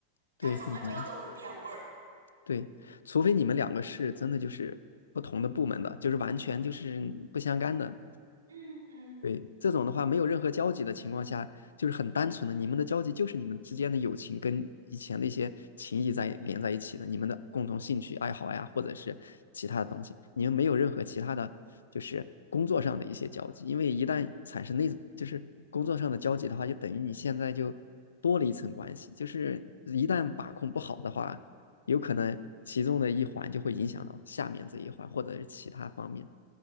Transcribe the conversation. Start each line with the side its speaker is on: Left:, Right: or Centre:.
Left: 对，
Right: 它怎么着都会变味儿。
Left: 很难，对，除非你们两个是真的就是不同的部门的，就是完全就是不相干的。
Right: 嗯嗯，
Left: 对，这种的话没有任何交集的情况下，就是很单纯的，你们的交集就是你们之间的友情跟以前那些情谊在连在一起的，你们的共同兴趣爱好呀，或者是其他的东西，你们没有任何其他的，就是工作上的一些交集，因为一旦产生那，就是工作上的交集的话，就等于你现在就多了一层关系，就是一旦把控不好的话，有可能其中的一环就会影响到下面这一环，或者是其他方面。